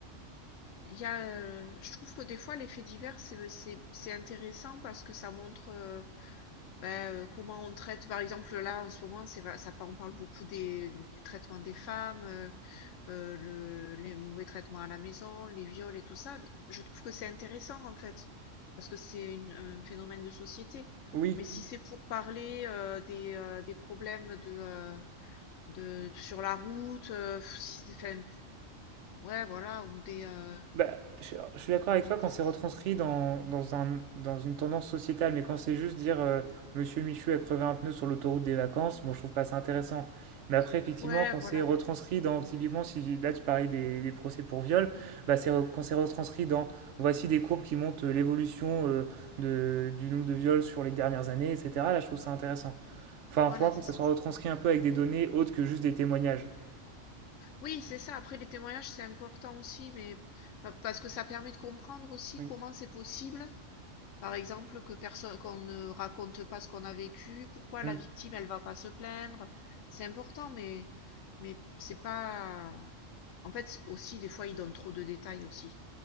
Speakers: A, on the left; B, on the right.
A: il y a, heu, je trouve que des fois les faits divers, c'est, c'est c'est intéressant parce que ça montre, heu, bah, heu, comment on traite par exemple, là, en ce moment, c'est va ça on parle beaucoup des du traitement des femmes, heu, euh, le, les mauvais traitements à la maison, les viols et tout ça, je trouve que c'est intéressant en fait, parce que c'est une- un phénomène de société.
B: Oui,
A: Mais si c'est pour parler euh, des, euh, des problèmes de, euh, de sur la route, euh, si- enfin, ouais, voilà, ou des, euh,
B: Bah, je, je suis d'accord avec toi quand
A: c'est-
B: c'est retranscrit dans, dans un, dans une tendance sociétale, mais quand c'est juste dire euh, Monsieur Michu a crevé un pneu sur l'autoroute des vacances, moi je trouve pas ça intéressant. Mais après, effectivement,
A: ouais,
B: quand
A: voilà,
B: c'est retranscrit dans, typiquement, si là tu parlais des, des procès pour viol, bah, c'est re- quand c'est retranscrit dans voici des courbes qui montrent euh, l'évolution euh, de, du nombre de viols sur les dernières années, etc. Là, je trouve ça intéressant. Enfin,
A: voilà,
B: faut un peu
A: c'est
B: que
A: ça.
B: ça soit retranscrit un peu avec des données autres que juste des témoignages.
A: Oui, c'est ça. Après, les témoignages, c'est important aussi, mais pa- parce que ça permet de comprendre aussi
B: Oui.
A: comment c'est possible Par exemple, que personne, qu'on ne raconte pas ce qu'on a vécu. Pourquoi
B: Hmm.
A: la victime, elle va pas se plaindre? C'est important, mais, mais c'est pas. En fait, aussi, des fois, ils donnent trop de détails aussi.